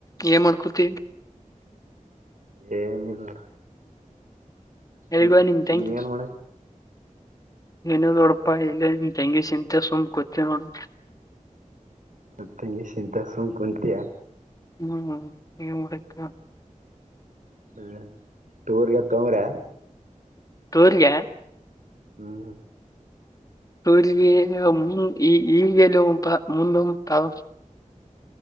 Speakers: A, on the left; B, on the right.
A: ಏನ್ ಮಾಡ್ಕೋತಿ
B: ಏನಿಲ್ಲ
A: ಎಲ್ಲಿಗೋದ್ಲು
B: ನೀ
A: ನಿನ್ ತಂಗಿ?
B: ಏನ್ ಮಾಡಕ್
A: ಏನೊ ನೋಡಪ ಇಲ್ಲಿ ನಿನ್ ತೆಂಗಿ ಸಿಂತೆಲ್ ಸುಮ್ ಕೂತ್ತ್ಯಾಳ್ ನೋಡು.
B: ನನ್ ತಂಗಿ ಸಿಂತೆಲ್ ಸುಮ್ ಕುಂತ್ಯಾ
A: ಹ್ಮ್ ಏನ್ ಮಾಡಕ್ಕ
B: ಹ್ಮ ಟೂರ್ಗೆತ್ತೂಂದ್ರ
A: ಟೂರ್ಗೆ?
B: ಹ್ಮ್
A: ಸೂರರಿಗೆ ಮು ಈ ಈಗೆಲುವ ಮುಂದ ತ.